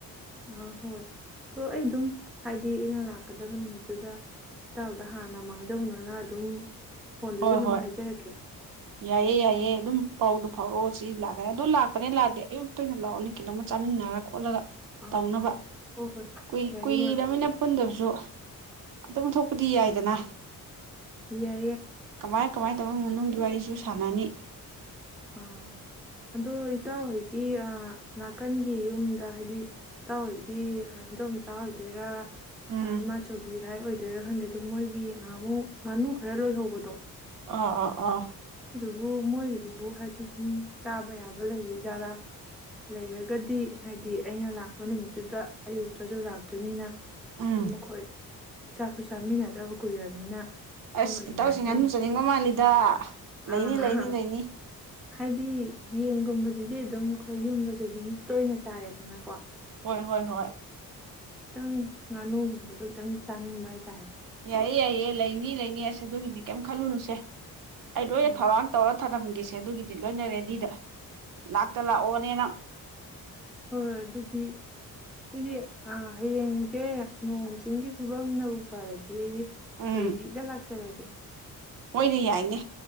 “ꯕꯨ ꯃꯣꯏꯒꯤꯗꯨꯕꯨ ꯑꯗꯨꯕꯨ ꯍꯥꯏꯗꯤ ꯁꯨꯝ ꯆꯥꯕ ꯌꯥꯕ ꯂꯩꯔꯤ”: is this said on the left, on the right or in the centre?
Centre